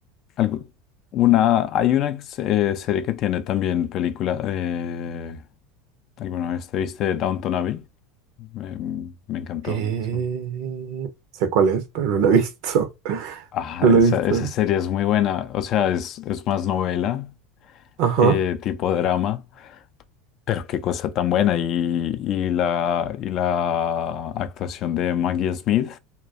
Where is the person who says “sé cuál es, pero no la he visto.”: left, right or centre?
Right